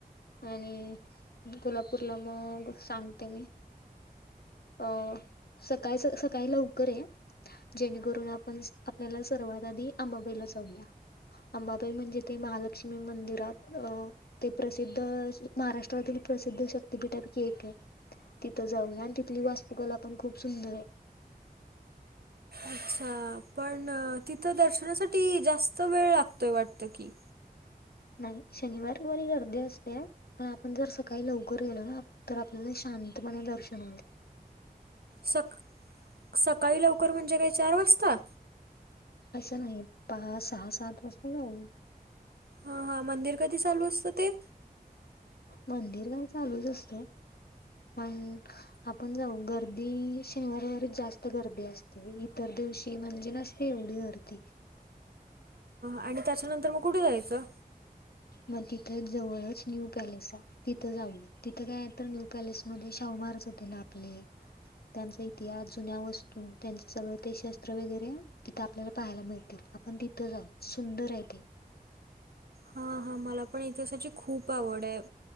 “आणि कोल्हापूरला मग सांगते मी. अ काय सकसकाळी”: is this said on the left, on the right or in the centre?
Left